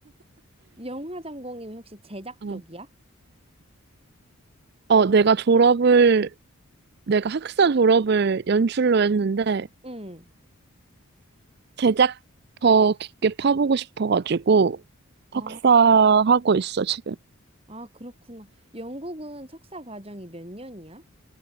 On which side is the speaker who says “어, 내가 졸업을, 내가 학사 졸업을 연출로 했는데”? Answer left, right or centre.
Right